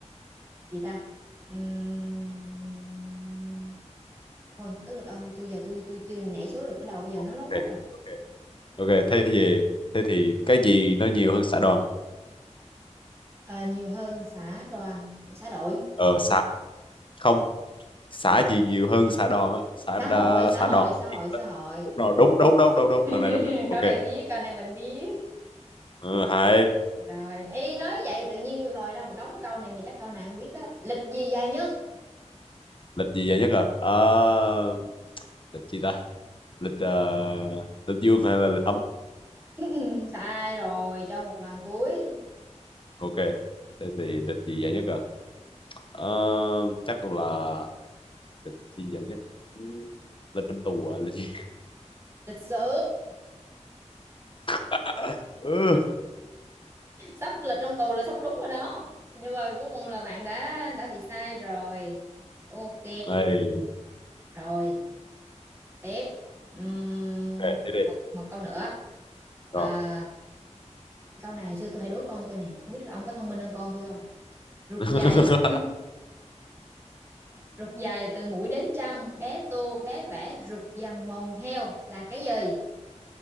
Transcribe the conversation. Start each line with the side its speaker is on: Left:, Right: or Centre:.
Right: gì ta Ừm, thôi tới lượt ông đi tôi giờ tôi tôi chưa nhảy số được cái đầu bây giờ nó
Left: ok
Right: lót lót rồi
Left: ok ok thế gì thế thì cái gì nó nhiều hơn xã đoàn
Right: Ờ, nhiều hơn xã đoàn xã đội
Left: ờ xã không xã gì nhiều hơn xã đòn á xã
Right: xã
Left: đo-
Right: hội xã
Left: xã
Right: hội
Left: đòn
Right: xã hội xã hội
Left: đúng rồi đúng đúng đúng đúng đúng
Right: <laughs>
Left: lần này đúng này ok
Right: câu này biết câu này mình biết
Left: ừ, hay
Right: rồi ý nói vậy tự nhiên lòi ra một đống cái câu này mà chắc câu này không biết á lịch gì dài nhất
Left: lịch gì vậy nhất à Ờ, lịch gì ta lịch ờ, lịch dương hay là lịch âm
Right: <laughs> sai rồi cho một lần cuối
Left: ok thế thì lịch gì vậy nhất à Ờ, chắc là lịch gì vậy nhất Ừ, lịch trong tù à lịch gì
Right: lịch sử
Left: <laughs> ừ.
Right: sắp lịch trong tù là sắp đúng rồi đó nhưng mà cuối cùng là bạn đã đã bị sai rồi ok
Left: Đây,
Right: rồi tiếp Ừm,
Left: ok thế đi
Right: một một câu nữa à,
Left: rồi
Right: câu này hồi xưa tôi hay đố con tôi này không biết là ông có thông minh hơn con tôi không rụt
Left: <laughs>
Right: dài rụt dài từ mũi đến chân bé tô bé vẽ rụt dần mòn theo là cái gì